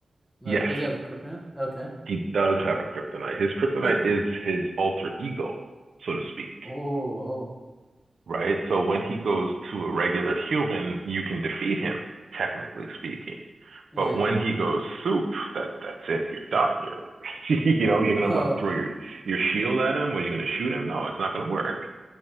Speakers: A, in the centre; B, on the right (about 70°).
A: No,
B: Yes,
A: does he have a kryptonite? Okay.
B: he does have a kryptonite. His kryptonite
A: <laughs>
B: is his alter ego, so to speak.
A: Oh, oh,
B: right? So when he goes to a regular human, you can defeat him, technically speaking.
A: yeah.
B: But when
A: <laughs>
B: he goes soup, that that's it. You're done. You're, <laughs> you're you know, you're gonna
A: Oh,
B: what, throw your your shield at him or you're gonna shoot him? No, it's not gonna work.